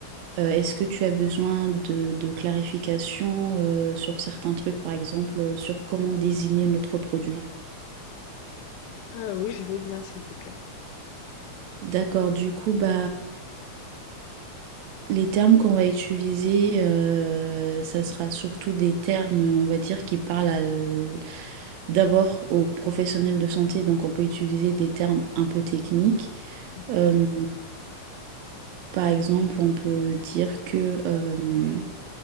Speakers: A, on the right; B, on the left.
A: Euh, est-ce que tu as besoin de, de clarification euh, sur certains trucs, par exemple, euh, sur comment désigner notre produit?
B: Euh, oui, je veux bien, s'il te plaît.
A: D'accord, du coup, bah, les termes qu'on va utiliser, euh, ça sera surtout des termes, on va dire, qui parlent à l- d'abord aux professionnels de santé, donc on peut utiliser des termes un peu techniques.
B: Ok,
A: Euh, par exemple, on peut dire que, euh,